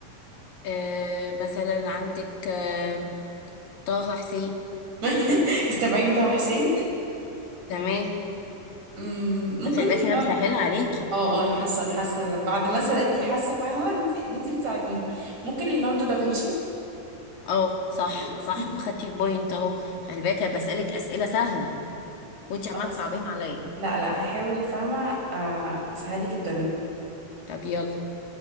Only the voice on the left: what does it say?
آه مثلا عندك آه طه حسين
تمام
خلي بالك
انا بسهلها عليكي
اه صح
صح
خدتي البوينت اهو خلي بالك انا بسألك أسئلة سهلة وانت عمالة
تصعبين عليا
طب يلا